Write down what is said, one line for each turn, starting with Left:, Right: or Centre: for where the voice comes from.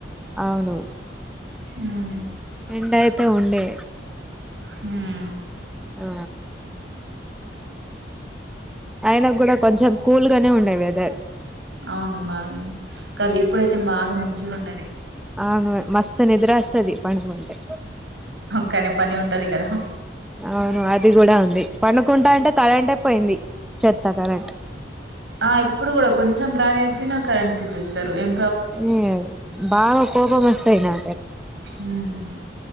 Centre: అవును
Right: మ్మ్,
Centre: ఎండ అయితే ఉండే
Right: ఉమ్
Centre: ఆ అయిన కూడా కొంచెం కూల్గానే ఉండే వెదర్
Right: అవును మ్యామ్ కాదు ఇప్పుడైతే బాగా మంచిగా ఉన్నది
Centre: అవును మస్తు నిద్ర వస్తది పడుకుంటే
Right: కాని పని ఉంటది కదా
Centre: అవును అది కూడా ఉంది పనుకుంటా ఉంటే కరెంటే పోయింది చెత్త కరెంట్
Right: ఆ ఇప్పుడు కూడా కొంచెం గాలి వచ్చిన కరెంట్ తీసేస్తారు ఎం
Centre: ఏ బాగా కోపం వస్తాయి నా
Right: ఉమ్